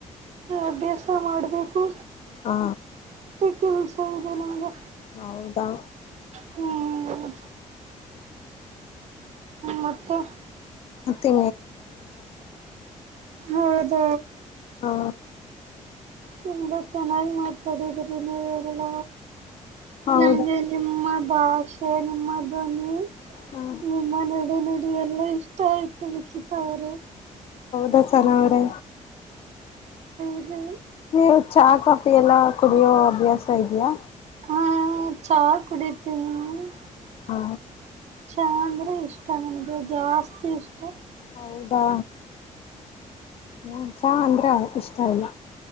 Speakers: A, on the right; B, on the left.
A: ಅಭ್ಯಾಸ ಮಾಡಬೇಕು
B: ಹಾ
A: ಕೆಲಸ ಇದೆ ನನಗೆ
B: ಹೌದಾ
A: ಹ್ಮ್ ಹ್ಮ ಮತ್ತುತ್ತೆ
B: ಮತ್ತೆ
A: ಹೌದ
B: ಹಾ
A: ತುಂಬಾ ಚೆನ್ನಾಗಿ ಮಾತಾಡಿದ್ರಿ ನೀಲ್ಲ
B: ಹೌದಾ
A: ನಮ್ಗೆ ನಿಮ್ಮ ಭಾಷೆನ್ ಮಧನಿ
B: ಹಾ
A: ನಿಮ್ಮ ನಡೆ ನೋ <unintelligible> ಹ್ಮ್ ಇಷ್ಟ ಆಯ್ತು ಲಿಖಿತಾ ಅವ್ರೆ
B: ಹ್ಮ್ ಸನಾ ಅವರೆ
A: ಇದು
B: ನೀವು ಚಾ ಕಾಫಿ ಎಲ್ಲ ಕುಡಿಯೋ ಅಭ್ಯಾಸ ಇದೆಯಾ
A: ಹ ಚಾ ಕುಡಿತೀನಿ
B: ಹಾ
A: ಚಾ ಅಂದ್ರೆ ಇಷ್ಟ ನನ್ಗ ಜಾಸ್ತಿ ಇಷ್ಟ
B: ಹೌದಾ ನಂಗ್ ಚಾ ಅಂದ್ರ ಇಷ್ಟ ಇಲ್ಲ